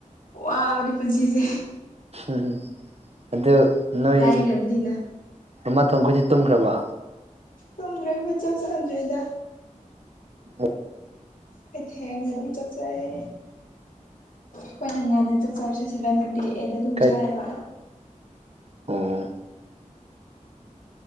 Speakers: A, on the left (about 80°); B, on the right (about 50°).
A: ꯋꯥꯕꯅꯤ ꯄꯨꯟꯁꯤꯁꯦ
B: ꯎꯝ ꯑꯗꯨ ꯅꯣꯏ
A: ꯂꯥꯏꯔꯕꯅꯤꯅ
B: ꯃꯃꯥ ꯈꯣꯏꯗꯤ ꯇꯨꯝꯈ꯭ꯔꯕ
A: ꯇꯨꯝꯗ꯭ꯔꯤ ꯑꯩꯈꯣꯏ ꯆꯥꯛ ꯆꯥꯗ꯭ꯔꯤꯗ
B: ꯑ
A: ꯑꯩꯈꯣꯏ ꯊꯦꯡꯅ ꯑꯗꯨꯝ ꯆꯥꯛ ꯆꯥꯏꯌꯦ ꯈꯣꯏꯅ ꯉꯟꯅ ꯆꯥꯛ ꯆꯥꯕꯁꯦ ꯁꯚꯦꯟ ꯊꯥꯔꯇꯤ ꯑꯦꯠꯇ ꯑꯗꯨꯝ
B: ꯀꯩ
A: ꯆꯥꯏꯕ
B: ꯑꯣ